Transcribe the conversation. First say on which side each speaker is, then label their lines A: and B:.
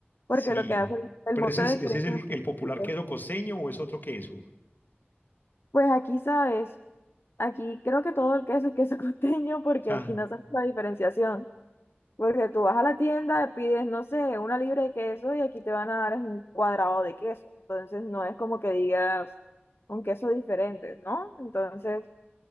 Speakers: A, on the left; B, on the left.
A: Porque
B: sí.
A: lo que hace el, el
B: Pero
A: mote
B: ese
A: de
B: es, ese
A: queso,
B: es el,
A: es-
B: el popular queso costeño o es otro queso.
A: pues aquí sabes, aquí creo que todo el queso es queso <laughs> costeño porque
B: <laughs> Ah,
A: aquí no hacemos la diferenciación. Porque tú vas a la tienda, pides, no sé, una libra de queso y aquí te van a dar es un cuadrado de queso. Entonces no es como que digas un queso diferente, ¿no? Entonces,